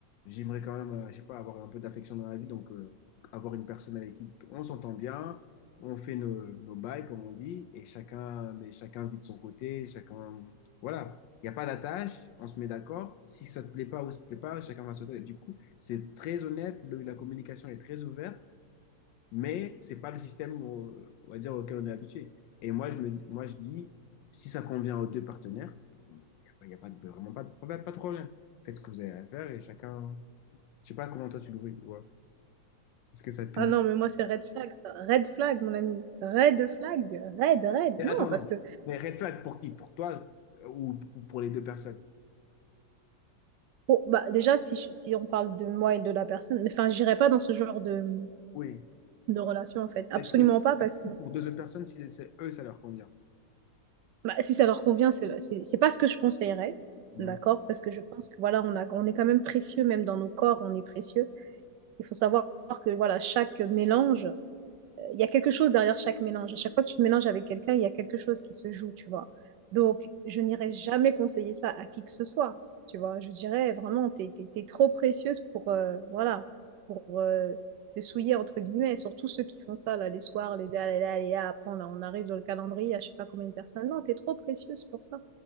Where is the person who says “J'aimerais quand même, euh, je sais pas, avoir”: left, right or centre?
Left